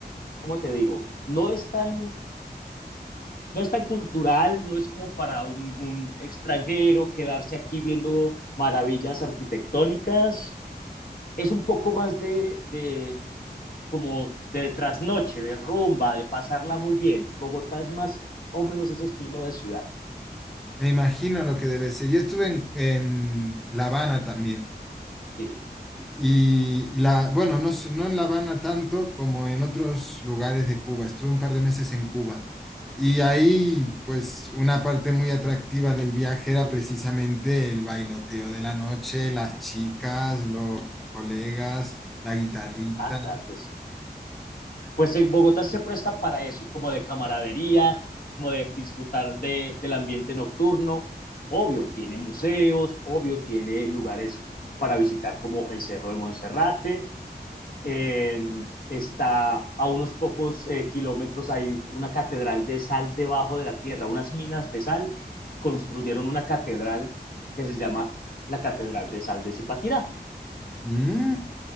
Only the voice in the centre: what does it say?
Me imagino lo que debe ser. Yo estuve en, en La Habana también
Y la, bueno, no, sé, no en La Habana tanto como en otros lugares de Cuba. Estuve un par de meses en Cuba. Y ahí, pues, una parte muy atractiva del viaje era precisamente el bailoteo de la noche, las chicas, los colegas, la guitarrita.
Mmm,